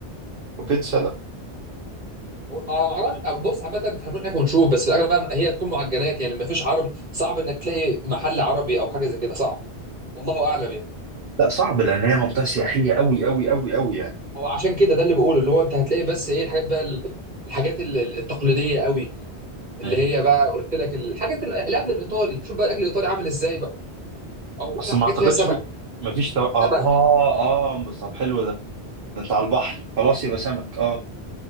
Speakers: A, on the right; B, on the right.
A: وبيتزا لا
B: هو- ما اعرفش آه، بص عامه هنروح هناك ونشوف بس في الاغلب بقى هي تكون معجنات يعني ما فيش عربي صعب انك تلاقي محل عربي او حاجه زي كده صعب والله اعلم يعني
A: لا صعب لان هي منطقه سياحيه قوي قوي قوي قوي يعني
B: هو عشان كده ده اللي بقوله اللي هو انت هتلاقي بس ايه الحاجات بقى ال- الحاجات ال- ال- التقليديه قوي اللي
A: مم.
B: هي بقى قلت لك الحاجات ال- الاكل الايطالي شوف بقى الاكل الايطالي عامل ازاي بقى او مثلا
A: اصل ما
B: حاجات
A: اعتقدش
B: فيها سمك
A: في ما فيش تو... اه
B: سمك
A: اه اه بس طب حلو ده ده انت على البحر خلاص يبقى سمك اه